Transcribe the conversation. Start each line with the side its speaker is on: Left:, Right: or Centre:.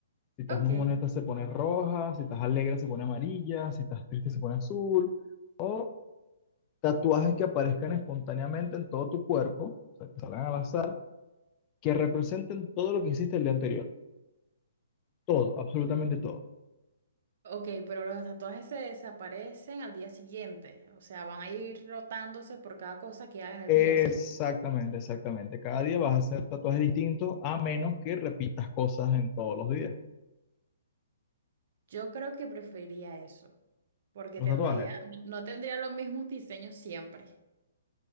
Left: Si estás
Right: Ok,
Left: muy molesta, se pone roja, si estás alegre, se pone amarilla, si estás triste, se pone azul. O tatuajes que aparezcan espontáneamente en todo tu cuerpo, o sea, que salgan al azar, que representen todo lo que hiciste el día anterior. Todo, absolutamente todo.
Right: ok, pero los tatuajes se desaparecen al día siguiente, o sea, van a ir rotándose por cada cosa que hagan el
Left: Exactamente,
Right: día, ¿sí?
Left: exactamente. Cada día vas a hacer tatuajes distintos, a menos que repitas cosas en todos los días.
Right: Yo creo que preferiría eso, porque
Left: Los
Right: tendría,
Left: tatuajes.
Right: no tendría los mismos diseños siempre.